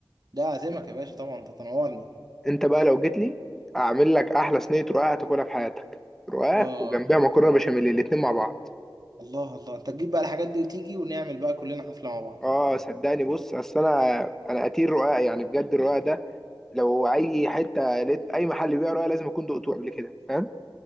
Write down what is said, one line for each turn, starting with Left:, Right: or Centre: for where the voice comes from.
Right: ده عازمك يا باشا طبعا انت تنورني
Centre: انت بقى لو جيت لي اعمل لك احلى صينيه رقاق هتاكلها في حياتك رقاق
Right: اه
Centre: وجنبها مكرونه
Right: اه
Centre: بشاميل الاتنين مع بعض
Right: الله الله انت تجيب بقى الحاجات دي وتيجي ونعمل بقى كلنا حفله مع بعض
Centre: اه صدقني بص اصل انا انا قتيل رقاق يعني بجد الرقاق ده لو اي حته لقيت اي محل بيبيع رقاق لازم اكون دقته قبل كده فاهم